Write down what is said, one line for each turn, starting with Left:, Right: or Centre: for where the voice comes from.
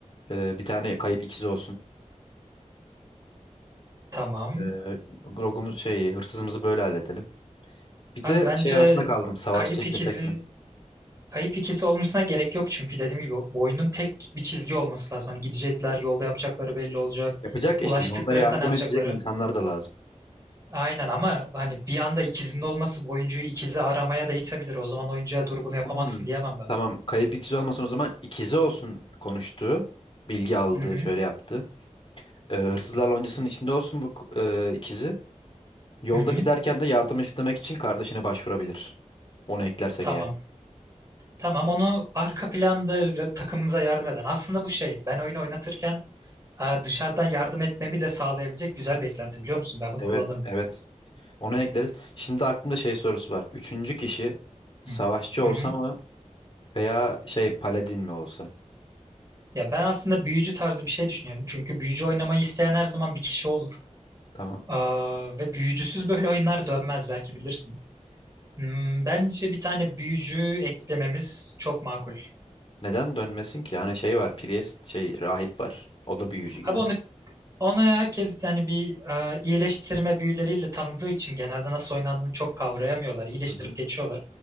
Left: E, bir tane kayıp ikizi olsun.
Right: tamam.
Left: E, rogumuz şey hırsızımızı böyle halledelim. Bir
Right: Abi
Left: de
Right: bence
Left: şey arasında kaldım. Savaşçı
Right: kayıp
Left: eklesek
Right: ikizi
Left: mi?
Right: kayıp ikizi olmasına gerek yok çünkü dediğim gibi bu oyunun tek bir çizgi olması lazım. Hani gidecekler, yolda yapacakları belli olacak.
Left: Yapacak
Right: Ulaştıklarında
Left: işte yolda yardım
Right: ne yapacakları?
Left: edecek insanlar da lazım.
Right: Aynen ama hani bir anda ikizinin olması bu oyuncuyu ikizi aramaya da itebilir. O zaman oyuncuya dur bunu yapamazsın
Left: Hmm,
Right: diyemem ben.
Left: Tamam. Kayıp ikizi olmasın o zaman ikizi olsun konuştuğu. Bilgi aldı,
Right: Hı hı.
Left: şöyle yaptı. Ee, hırsızlar loncasının içinde olsun bu e, ikizi. Yolda
Right: Hı hı.
Left: giderken de yardım istemek için kardeşine başvurabilir. Onu eklersek
Right: Tamam.
Left: eğer.
Right: Tamam onu arka planda takımımıza yardım eden. Aslında bu şey ben oyunu oynatırken e, dışarıdan yardım etmemi de sağlayabilecek güzel beklenti biliyor musun? Ben bunu
Left: Evet,
Right: kullanırım.
Left: evet. Onu ekleriz. Şimdi aklımda şey sorusu var. Üçüncü kişi savaşçı
Right: Hı hı.
Left: olsa
Right: hı.
Left: mı veya şey paladin mi olsa?
Right: Ya ben aslında büyücü tarzı bir şey düşünüyorum. Çünkü büyücü oynamayı isteyen her zaman bir kişi olur.
Left: Tamam.
Right: Aa, ve büyücüsüz böyle oyunlar dönmez belki bilirsin. Hmm, bence bir tane büyücü eklememiz çok makul.
Left: Neden dönmesin ki? Yani şey var, priest, şey rahip var. O da büyücü gibi.
Right: Abi onu onu herkes yani bir e, iyileştirme büyüleriyle tanıdığı için genelde nasıl oynandığını çok kavrayamıyorlar. İyileştirip
Left: Hı hı.
Right: geçiyorlar.